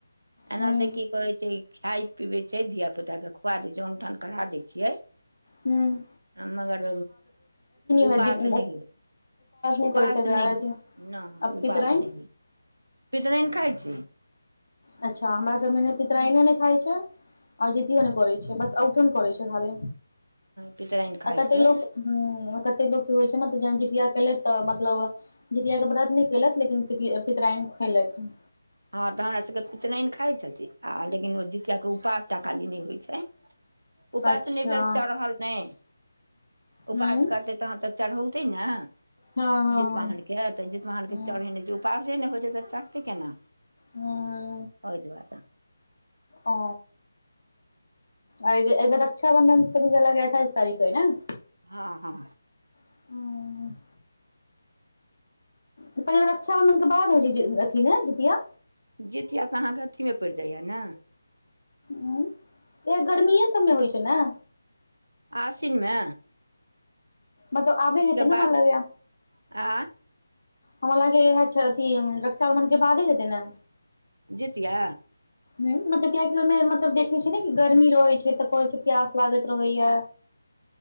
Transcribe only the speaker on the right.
एना
से की कहै छै खाइ पीबै छै धिय पुताके खुआ दै छै ओमठन करा दै छियै
हम मगर उपास
नै होइ है
उपास
नहि
नै उपास
नहि पितरैन खाइ छै
पितराइन खाइ
छै
हँ तऽ हमरा सबके पितरायान खाय छथिन आ लेकिन जीतिया के उपास टा खाली नहि होइ छै उपास
नहि भेल चढ़ल नहि
उपास
करतै तहन तऽ चढ़ौतै ने
जितवाहन के तऽ जितवाहन
के चढ़ेने छै उपास सेे नहि होइत छै तऽ चढ़तै केना
ओय दूआरे
हँ हँ
जीतिया तऽ अहाँके अथीमे पड़ि जाइय ने
आसिनमे
बाद
आ
जितिया
अ <unintelligible>